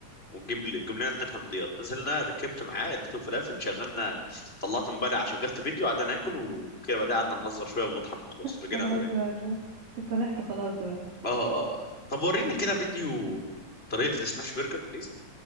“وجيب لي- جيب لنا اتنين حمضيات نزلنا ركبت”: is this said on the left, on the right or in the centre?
Left